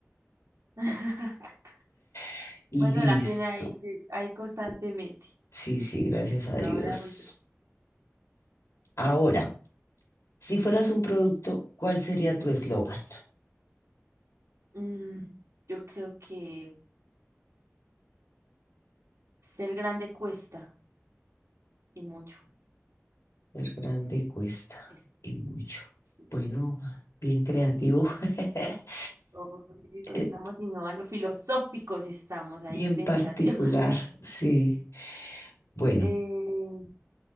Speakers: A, on the right; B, on the left.
A: <laughs>
B: <laughs> Listo.
A: Bueno, la tiene ahí, sí, ahí constantemente.
B: Sí, sí, gracias
A: Bueno,
B: a Dios.
A: ahora voy yo.
B: Ahora, si fueras un producto, ¿cuál sería tu eslogan?
A: Mm, yo creo que ser grande cuesta y mucho.
B: Ser grande cuesta
A: Es-
B: y mucho.
A: sí,
B: Bueno, bien creativo, <laughs>
A: obvio,
B: eh,
A: estamos innovando, filosóficos estamos ahí,
B: bien
A: pensate.
B: particular, sí. Bueno.
A: Eh,